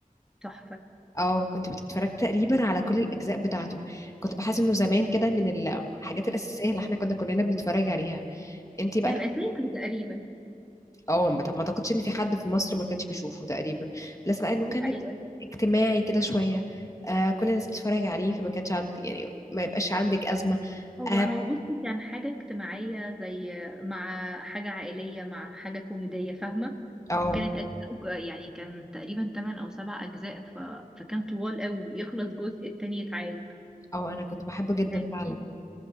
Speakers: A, in the centre; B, on the left.
A: تحفة
B: اه كنت بتتفرج تقريبا على كل الاجزاء بتاعته كنت بحس انه زمان كده من الحاجات الاساسيه اللي احنا كنا كلنا بنتفرج عليها انتي بقى
A: كان أساسي تقريبا
B: اه ما ما اعتقدش ان في حد في مصر ما كانش بيشوفه تقريبا بلس بقى انه
A: دي
B: كان
A: حقيقة
B: اجتماعي كده شويه آه كل الناس بتتفرج عليه فما كانش عندي يعني ما يبقاش عندك ازمه
A: هو
B: اه
A: هو بصي كان حاجة اجتماعية زي مع حاجة عائلية مع حاجة كوميدية فاهمة
B: اه
A: وكانت أجزاء يعني كان تقريبا تمن أو سبع أجزاء ف... فكان طوال قوي يخلص جزء التاني يتعاد
B: اه انا كنت بحبه جدا
A: <laughs> كان-
B: فعلا